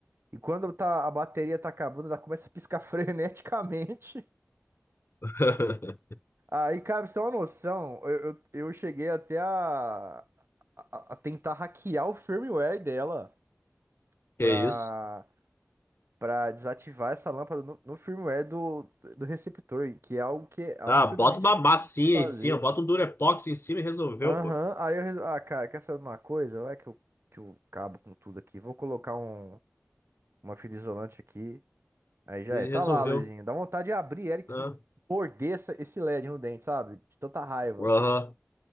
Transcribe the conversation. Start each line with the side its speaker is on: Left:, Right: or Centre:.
Right: E quando tá, a bateria tá acabando, ela começa a piscar <laughs> freneticamente.
Left: <laughs>
Right: Aí, cara, pra você ter uma noção, eu, eu, eu cheguei até a, a, a tentar hackear o firmware dela.
Left: Que
Right: Pra,
Left: isso?
Right: para desativar essa lâmpada no, no firmware do, do receptor, que é algo que é absurdamente
Left: Ah, bota uma
Right: difícil
Left: massinha
Right: de fazer.
Left: em cima, bota um Durepox em cima e resolveu,
Right: Aham,
Left: pô.
Right: aí eu resolvi, ah, cara, quer saber de uma coisa? Vai que eu, que eu cabo com tudo aqui. Vou colocar um, uma fita isolante aqui. Aí já
Left: E
Right: é. Tá
Left: resolveu,
Right: lá, Luizinho. Dá vontade de abrir Eric
Left: né?
Right: e e morder essa- esse LED no dente, sabe? De tanta raiva.
Left: Aham.